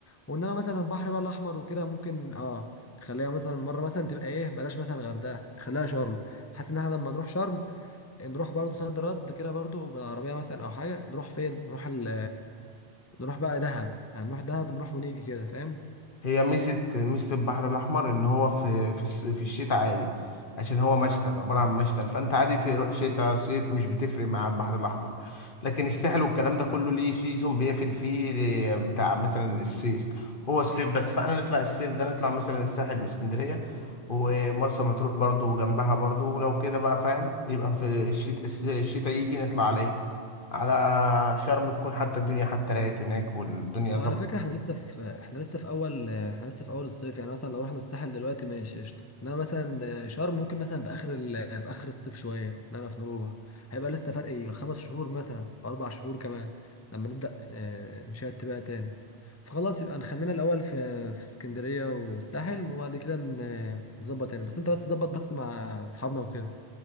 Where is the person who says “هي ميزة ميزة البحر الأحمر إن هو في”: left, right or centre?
Left